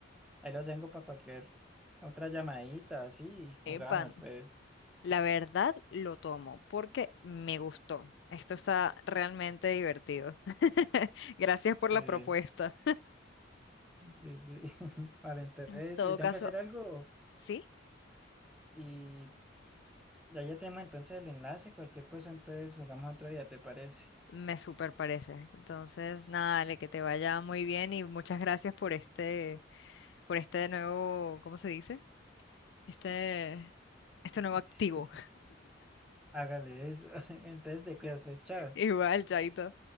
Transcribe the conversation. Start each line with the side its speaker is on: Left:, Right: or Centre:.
Centre: ahí lo tengo para cualquier otra llamadita, así, jugamos,
Left: pan.
Centre: pues.
Left: La verdad lo tomo porque me gustó. Esto está realmente divertido. <laughs> Gracias por
Centre: Sí,
Left: la propuesta.
Centre: sí, sí. <laughs> Vale, entonces,
Left: En todo
Centre: eh, tengo
Left: caso,
Centre: que hacer algo.
Left: sí,
Centre: Y Ya ya tenemos entonces el enlace, cualquier cosa, entonces jugamos otro día, ¿te parece?
Left: me super parece. Entonces, nada, Ale, que te vaya muy bien y muchas gracias por este, por este nuevo, ¿cómo se dice? este, este nuevo activo.
Centre: <laughs> Hágale eso. <laughs> Entonces te cuidas, pues, chao.
Left: <laughs> Igual, Chaito.